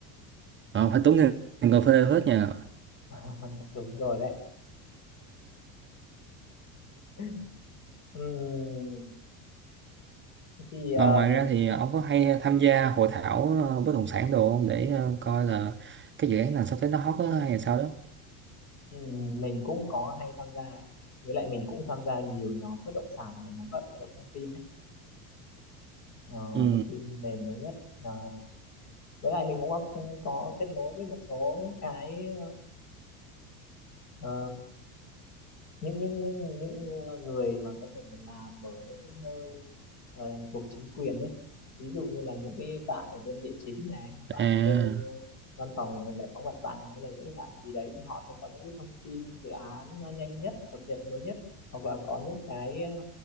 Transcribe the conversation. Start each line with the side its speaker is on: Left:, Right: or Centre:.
Right: Ờ, phải tốn tiền tiền cà phê hết nha
Left: <laughs> đúng rồi đấy <laughs> Ừm, thì ờ,
Right: Ờ, ngoài ra thì ờ, ông có hay ờ, tham gia hội thảo ờ, bất động sản đồ không để ờ, coi là cái dự án nào sắp tới nó hot á hay là sao đó
Left: ừm, mình cũng có hay tham gia với lại mình cũng tham gia nhiều nhóm bất động sản để nắm bắt được các thông tin ấy. Ờ,
Right: ừ
Left: thông tin nền mới nhất Ờ, với lại mình cũng có, có kết nối với một số những cái Ờ, những những những những người mà có thể làm ở những cái nơi ờ, thuộc chính quyền đấy ví dụ như là những cái bạn ở bên địa chính này bạn
Right: à
Left: ở bên ờ, văn phòng giải phóng mặt bằng hay là những cái bạn gì đấy thì họ sẽ có những cái thông tin dự án nó nhanh nhất cập nhật mới nhất hoặc là có những cái ờ,